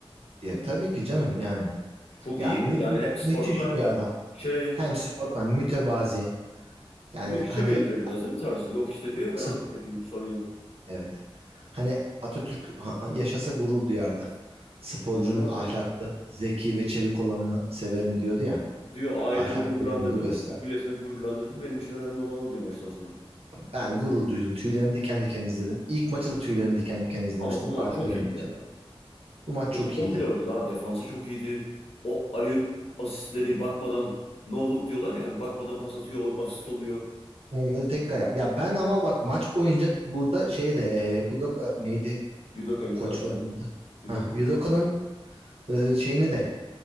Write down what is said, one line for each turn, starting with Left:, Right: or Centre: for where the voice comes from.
Right: Ya tabii ki canım yani.
Left: Çok
Right: Ya
Left: iyi.
Right: mü-
Left: Yani
Right: mü-
Left: hep sportman
Right: müthiş bir adam.
Left: şey
Right: Hem sportman mütevazi. Yani
Left: yok içe
Right: hani
Left: benziyor biraz değil mi tarzı? Yok işte diyor ya ben
Right: sp-
Left: asist yapayım sorun yok.
Right: evet. Hani Atatürk ha- yaşasa gurur duyardı. Sporcunun
Left: İnanılmaz
Right: ahlaklı,
Left: ya.
Right: zeki ve çevik olanını severim diyordu ya.
Left: Diyor ailemi
Right: Ahlaklı
Left: gururlandırdım.
Right: olduğunu da göster.
Left: Türk milletini gururlandırdım. Benim için önemli olan o diyor maçtan sonra.
Right: Ben gurur duydum. Tüylerim diken diken izledim. İlk maçı da tüylerim diken diken izlemiştim
Left: Ama bu maç
Right: Alperen
Left: çok iyiydi ya.
Right: için. Bu maç
Left: Bu maç
Right: çok
Left: komple
Right: iyiydi.
Left: oynadı abi. Defansı çok iyiydi. O alley-oop asistleri bakmadan no look diyorlar ya hani bakmadan pas atıyor asist oluyor.
Right: Onları tekrar yap. Ya ben ama bak maç boyunca burada şey de e, Udoka neydi?
Left: Yudoka
Right: O
Left: Yudoka
Right: Koçların
Left: aynen.
Right: adı.
Left: Yudoka.
Right: Ha, Udoka'nın e, şeyini de